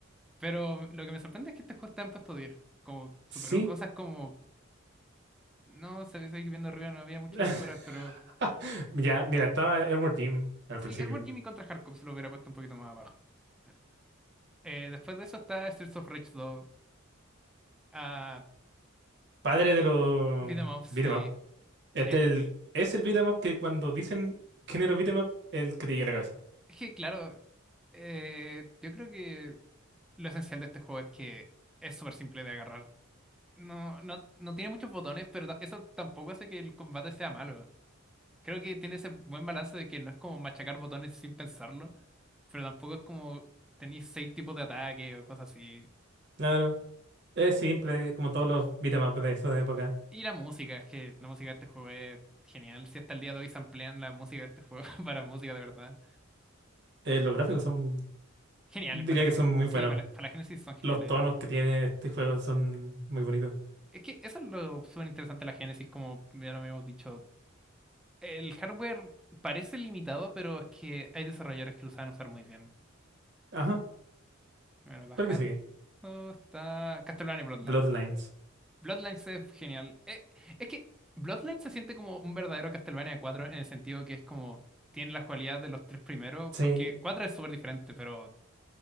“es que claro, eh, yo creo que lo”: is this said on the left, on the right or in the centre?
Centre